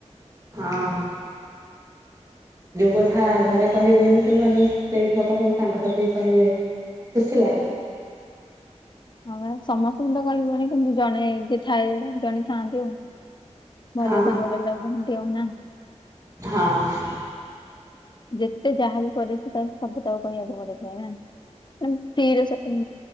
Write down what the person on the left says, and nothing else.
ହଁ ବା ସମସ୍ତ ଙ୍କୁ ତ କହି ହବନି କିନ୍ତୁ ଜଣେ ଯିଏ ଥାଏ ଜଣେ ଥାଆନ୍ତି ଆଉ। ଭଲ
ସାଙ୍ଗ <inaudible>
ଯେତେ ଯାହା ବି ପରିସ୍ଥିତି ଆସୁ ସବୁ ତାକୁ କହିବାକୁ ପଡିଥାଏ ନା। ଫ୍ରି ରେ ଉଁ